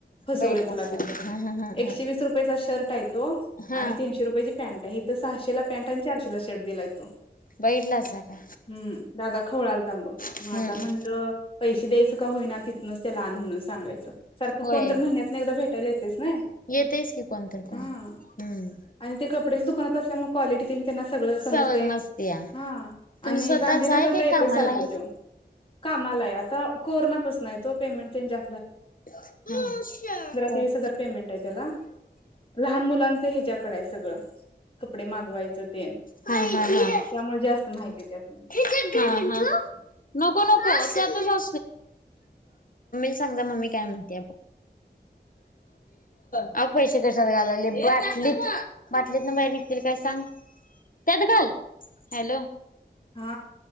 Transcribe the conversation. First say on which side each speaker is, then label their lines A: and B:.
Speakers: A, on the left; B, on the left.
A: फसवलय
B: बैठलासा
A: तुला तिथं
B: हा हा हा
A: एकशे
B: हा
A: वीस रुपयाचा शर्ट हाय तो
B: हा
A: आणि तीनशे रुपयाची पैंट ही ते सहाशेला पॅन्ट आणि चारशेला शर्ट दिलाय तो
B: बैठलासा का
A: हम्म दादा. खोळाल तांबं
B: हम्म
A: म आता म्हणलं पैसे द्यायंच का होईना तिथनचं त्याला आण म्हणून सांगायचं. सारखं
B: होय
A: कोणतर महिन्यातन एकदा भेटायला येतेस ना
B: येतेच की कोणतर कोण
A: हा
B: हम्म
A: आणि <unintelligible> दुकानात असल्यामुळ क्वालिटी तेन त्यांना सगळं समजतय
B: सवय मस्तीया
A: हा
B: तुमचं
A: आणि
B: स्वतःच
A: गांधीनगरला
B: आहे काय
A: येतोय
B: कामाला
A: सारखं
B: आहेत
A: तो कामालाय आता कोरोनापासनय तो पेमेट त्यांजा
B: हा ओ.
A: ते वीस हजार पेमेंट आहे त्याला लहान मुलांच ह्याच्याकडे आहे सगळं कपडे मागवायचा तेन,
B: हा हा हा
A: त्यामुळे जास्त माहिती हाय त्यातीन
B: हा हा नको मम्मीला सांग जा मम्मी काय म्हणतीया बघ अहो पैसे कशात घालालीया बाटलीत बाटलीत न बाहेर निघतील काय सांग त्यात घाल हॅलो
A: हा